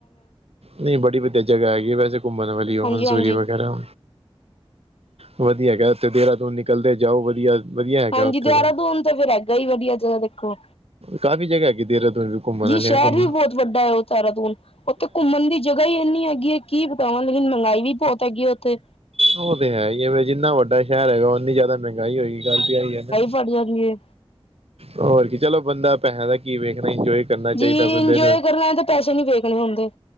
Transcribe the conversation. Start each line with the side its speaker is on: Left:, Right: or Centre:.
Right: ਨਹੀਂ ਬੜੀ ਵਧੀਆ ਜਗਾ ਹੈਗੀ ਵੈਸੇ ਘੁੰਮਣ ਵਾਲੀ ਓ
Left: ਹਾਂਜੀ
Right: ਮਨਸੂਰੀ
Left: ਹਾਂਜੀ
Right: ਵਗੈਰਾ। ਵਧੀਆ ਹੈਗਾ ਦੇਹਰਾਦੂਨ ਨਿਕਲਦੇ ਜਾਓ ਵਧੀਆ। ਵਧੀਆ ਹੈਗਾ
Left: ਹਾਂਜੀ
Right: ਉੱਥੇ
Left: ਦੇਹਰਾਦੂਨ
Right: ਦਾ
Left: ਤੇ ਫਿਰ ਹੈਗਾ ਈ ਵਧੀਆ ਜਗ੍ਹਾ ਦੇਖੋ।
Right: ਕਾਫ਼ੀ ਜਗ੍ਹਾ ਹੈਗੀ ਦੇਹਰਾਦੂਨ ਵੀ ਘੁੰਮਣ
Left: ਜੀ
Right: ਆਲੀਆਂ
Left: ਸ਼ਹਿਰ
Right: ਘੁੰਮ-
Left: ਵੀ ਬਹੁਤ ਵੱਡਾ ਹੈ ਦੇਹਰਾਦੂਨ ਉੱਥੇ ਘੁੰਮਣ ਦੀ ਜਗਾ ਈ ਇੰਨੀ ਹੈਗੀ ਐ ਕੀ ਬਤਾਵਾਂ ਲੇਕਿਨ ਮਹਿੰਗਾਈ ਵੀ ਬਹੁਤ ਹੈਗੀ ਐ ਉੱਥੇ
Right: ਉਹ ਤੇ ਹੈ ਹੀ ਹੈਵੇ ਜਿੰਨਾ ਵੱਡਾ ਸ਼ਹਿਰ ਹੈਗਾ ਉਨੀ ਜ਼ਿਆਦਾ ਮਹਿੰਗਾਈ ਹੋਏਗੀ ਗੱਲ ਤੇ ਐਹੀ ਹੈਨਾ-
Left: ਬੜੀਆਂ ਜੇ-
Right: ਹੋਰ ਕੀ ਚਲੋ ਬੰਦਾ ਪੈਸੇ ਦਾ ਕੀ ਵੇਖਣਾ ਇੰਜੋਏ- ਕਰਨਾ ਚਾਹੀਦਾ
Left: ਜੀ
Right: ਬੰਦੇ
Left: ਇੰਜੋਏ
Right: ਨੂੰ
Left: ਕਰਨਾ ਤਾਂ ਪੈਸੇ ਨੀ ਵੇਖਣੇ ਹੁੰਦੇ-